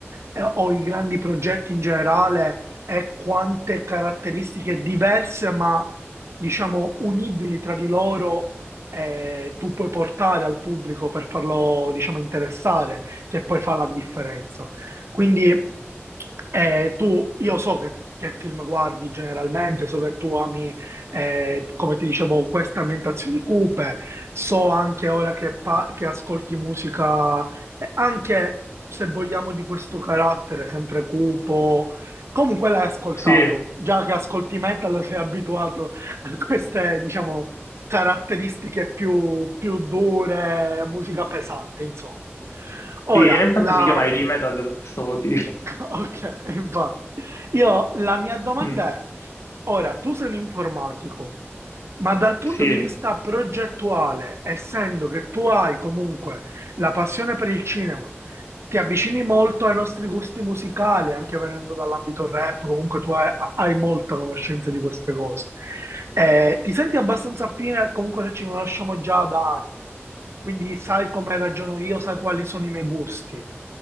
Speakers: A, on the right; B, on the left.
A: eh, o i grandi progetti in generale e quante caratteristiche diverse, ma diciamo unibili tra di loro, eh, tu puoi portare al pubblico per farlo, diciamo, interessare, che poi fa la differenza. Quindi eh, tu, io so che, che film guardi generalmente, so che tu ami, eh, come ti dicevo, queste ambientazioni cupe, so anche ora che, pa- che ascolti musica e anche se vogliamo di questo carattere sempre cupo, comunque l'hai ascoltato,
B: sì,
A: già che ascolti metal sei abituato a queste, diciamo, caratteristiche più, più dure, musica pesante, insomma. Ora,
B: sì, e infatti
A: la...
B: si chiama heavy metal per questo motivo. <laughs>
A: <laughs> Ok, infatti. Io, la mia domanda
B: Mm,
A: è, ora, tu sei un informatico, ma dal punto
B: sì,
A: di vista progettuale, essendo che tu hai comunque la passione per il cinema, ti avvicini molto ai nostri gusti musicali, anche venendo dall'ambito rap, comunque tu hai, hai molta conoscenza di queste cose. Eh, ti senti abbastanza affine, comunque noi ci conosciamo già da anni quindi sai come ragiono io, sai quali sono i miei gusti.